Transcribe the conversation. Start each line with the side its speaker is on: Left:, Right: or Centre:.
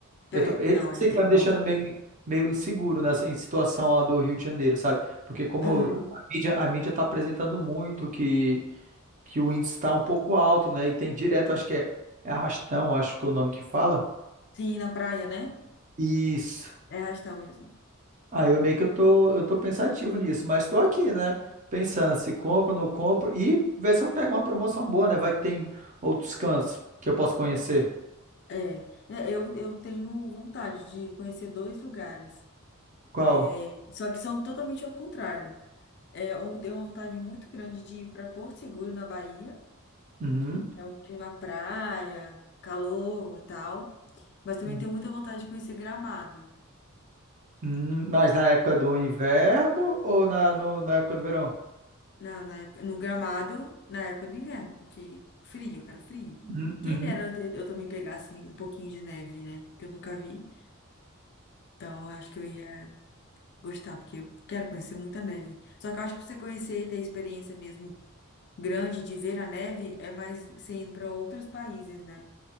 Right: Eu
Left: É,
Right: tô, esse
Left: não,
Right: sei
Left: aí não
Right: que
Left: tem
Right: tá me
Left: como.
Right: deixando meio, meio inseguro nessa em situação lá do Rio de Janeiro, sabe? Porque como
Left: Aham.
Right: eu- a mídia, a mídia tá apresentando muito que que o índice está um pouco alto, né? E tem direto, acho que é, é arrastão, acho que é o nome que fala.
Left: Sim, na praia, né?
Right: Isso.
Left: É arrastão mesmo.
Right: Aí eu meio que eu tô, eu tô pensativo nisso, mas tô aqui, né? Pensando se compro, não compro e ver se eu pego uma promoção boa, né? Vai que tem outros cantos que eu posso conhecer.
Left: É, É, eu, eu tenho vontade de conhecer dois lugares,
Right: Qual?
Left: é, só que são totalmente ao contrário. É, eu tenho uma vontade muito grande de ir para Porto Seguro, na Bahia.
Right: Uhum.
Left: É um clima praia, calor e tal. Mas também
Right: Uhum.
Left: tenho muita vontade de conhecer Gramado.
Right: Hum, Mas na época do inverno ou na, no- na época do verão?
Left: não na época- no gramado na época do inverno, porque frio, eu quero frio.
Right: Uhum. Uhum.
Left: Quem dera eu, ter- eu também pegasse um pouquinho de neve, né? Que eu nunca vi. Então, eu acho que eu ia gostar, porque eu quero conhecer muita neve. Só que eu acho que pra você conhecer e ter experiência mesmo grande de ver a neve é mais você indo para outros países, né?